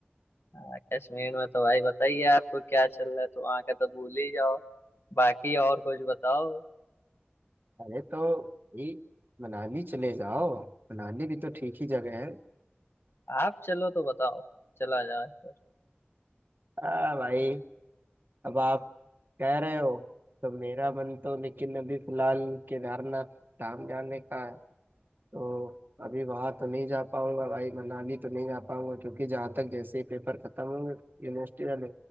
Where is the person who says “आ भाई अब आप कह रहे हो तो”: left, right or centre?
Right